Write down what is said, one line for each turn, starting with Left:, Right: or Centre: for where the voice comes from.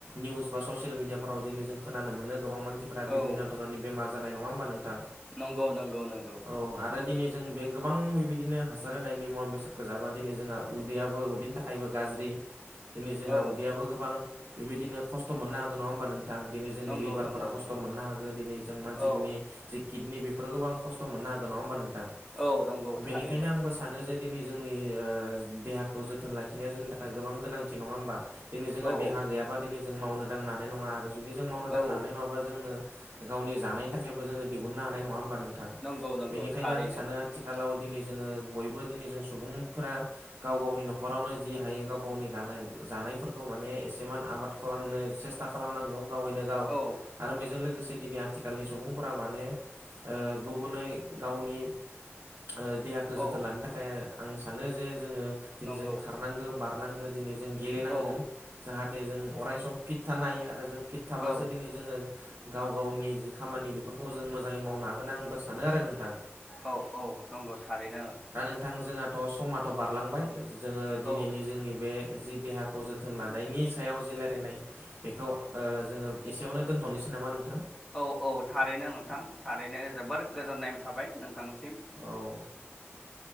Right: निउस बा ससियेल मिडियाफोराव दिनै जों खोनानो मोनो गोबां मान सिफोरा
Centre: औ
Right: बिभिन्न धरननि बेमार जानाय नङा होमबा नोंथां?
Centre: नंगौ नोंगौ नोंगौ।
Right: औ आरो दिनै जों बे गोबां बेबायदिनो हासार होनायनि मुवा बेसादखौ जाबा दिनै जोंहा उदैयाव उदैनि थाखायबो गाज्रि दिनै जोंहा
Centre: औ
Right: उदैयाबो गोबां बेबायदिनो खस्थ' मोननो हागोन नङा होमबा नों थां दिनै जोंनि
Centre: नंगौ
Right: लिभारफोरा
Centre: नंगौ
Right: खस्थ'
Centre: नंगौ
Right: मोननो हागौ दिनै जों मानसिफोरनि
Centre: औ
Right: जि किडनि बेफोराव गोबां खस्थ' मोननो हागोन नङा होमबा नोंथां
Centre: औ नंगौ थारैनो
Right: बेनिखायनो आंबो सानो जे दिनै जोंनि देहाखौ जोथोन लाखिनाया जोंनि थाखाय गोबां गोनांथि नङा होमबा दिनै जोंहा
Centre: औ
Right: देहा गैयाबा दिनै जों मावनो दांनो हानाय नङा आरो जुदि जों मावनो दांनो
Centre: औ
Right: हानाय नङाबा जोङो गावनि जानायनि थाखायबो जोङो दिहुननो हानाय नङा होमबा नोंथां
Centre: नंगौ नंगौ
Right: बेनिखायनो
Centre: थारैनो
Right: आं सानो आथिखालाव दिनै जोङो बयबो दिनै जों सुबुंफोरा गाव गाव गाव गावनि न'खरावनो जि हायो गाव गावनि जानायफोरखौ माने एसे आबाद खालामनो से सेसथा खालामनांगौ गावनो गाव
Centre: औ
Right: आरो बेजों लोगोसे दिनै आथिखालनि सुबुंफोरा माने गुबुनै गावनि ओ देहाखौ जोथोन
Centre: औ
Right: लानो थाखाय आं सानो जे जोङो दिनै
Centre: नंगौ
Right: जों खारनांगौ बारनांगौ दिनै जों गेलेनांगौ
Centre: औ
Right: जाहाथे जों अरायसम फिट थानो हायो आरो जों फिट थाब्लासो
Centre: औ
Right: दिनै जोंनि जोङो गाव गावनि जि खामानि बेफोरखौ जों मोजाङै मावनो हागोन आंबो सानो आरो नोंथां
Centre: औ औ नंगौ थारैनो
Right: दा नोंथां जोंहाथ' समाथ' बारलांबाय जोङो दिनैनि
Centre: औ
Right: जोंनि बे जि देहाखौ जोथोन लानायनि सायाव जि रायलायनाय बेखौ ओ जोङो एसेयावनो दोनथ'नोसै नामा नोंथां
Centre: औ औ थारैनो नोंथां थारैनो जोबोर गोजोननाय थाबाय नोंथांसिम
Right: औ